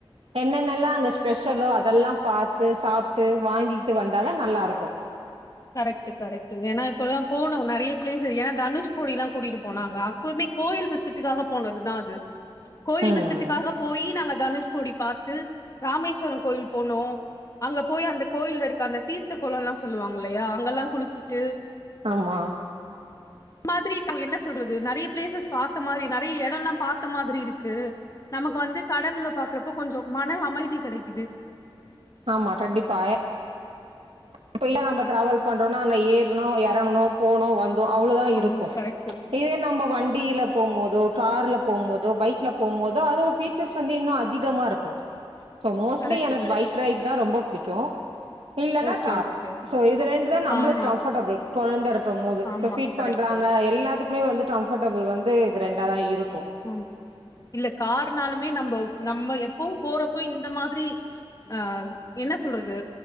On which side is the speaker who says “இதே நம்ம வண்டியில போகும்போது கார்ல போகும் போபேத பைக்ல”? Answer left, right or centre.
Right